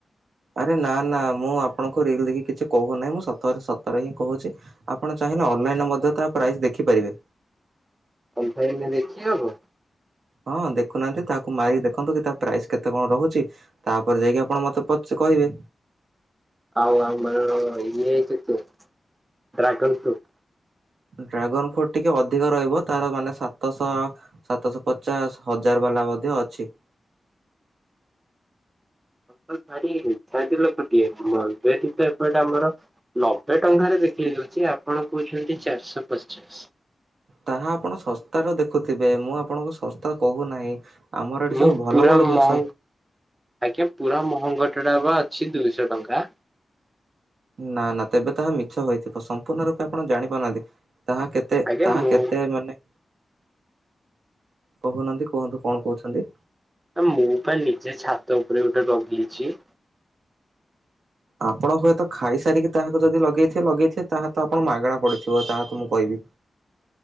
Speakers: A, on the right (about 75°); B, on the right (about 20°).
A: ଆରେ ନା ନା ମୁଁ ଆପଣଙ୍କୁ ରିଲ ଦେଖୀ କିଛି କହୁନାହିଁ ମୁଁ ସତ ସତରେ ହିଁ କହୁଛି। ଆପଣ ଚାହିଁଲେ ଅନଲାଇନରେ ମଧ୍ୟ ତା ପ୍ରାଇସ୍ ଦେଖିପାରିବେ।
B: ଅଫଲାଇନରେ ଦେଖି ହବ?
A: ହଁ ଦେଖୁନାହାନ୍ତି ତାହାକୁ ମାରିକି ଦେଖନ୍ତୁ କି ତା ପ୍ରାଇସ କେତେ କଣ ରହୁଛି। ତାପରେ ଯାଇକି ଆପଣ ମତେ ପଚ କହିବେ।
B: ଆଉ ଆଙ୍ଗ ଇଛିୁ ଡ୍ରାଗନ୍ ଫ୍ରୁଟ
A: ଡ୍ରାଗନ ଫ୍ରୁଟ ଟିକେ ଅଧିକ ରହିବ ତାର ମାନେ ସାତଶହ ସାତଶହ ପଚାଶ ହଜାର ବାଲା ମଧ୍ୟ ଅଛି।
B: ଛା ଛାଲେ <unintelligible> ଯେହେତୁ ସେ ଏପଟେ ଆମର ଲବେ ଟଙ୍କାରେ ବିକିରି ହଉଛି ଆପଣ କହୁଛନ୍ତି ଚାରିଶହ ପଚାଶ।
A: ତାହା ଆପଣ ଶସ୍ତାରେ ଦେଖୁଥିବେ ମୁଁ ଆପଣଙ୍କୁ ଶସ୍ତା କହୁନାହିଁ। ଆମର ଏଠି
B: ମୁଁ
A: ସବୁ ଭଲ
B: ପୁରା
A: ଭଲ ଜିନିଷ।
B: ମହ ଆଜ୍ଞା ପୁରା ମହଙ୍ଗଟା ଟା ବା ଅଛି ଦୁଇଶହ ଟଙ୍କା।
A: ନା ନା ତେବେ ତାହା ମିଛ ହୋଇଥିବ ସମ୍ପୂର୍ଣ ରୂପେ ତ ଆପଣ ଜାଣି ପାରୁନାହାନ୍ତି ତାହା କେତେ
B: ଆଜ୍ଞା
A: ତାହା
B: ମୁଁ
A: କେତେ ମାନେ କହୁନାହାନ୍ତି କୁହନ୍ତୁ କଣ କହୁଛନ୍ତି?
B: ଆ ମୁଁ ବା ନିଜେ ଛାତ ଉପରେ ଗୋଟେ ଲଗେଇଛି।
A: ଆପଣ ହୁଏତ ଖାଇସାରିକି ତାହାକୁ ଯଦି ଲଗେଇଥିବ ଲଗେଇଥିବେ ତାହା ତ ଆପଣ ମାଗଣା ପଡିଥିବ ତାହା ତ ମୁଁ କହିବି।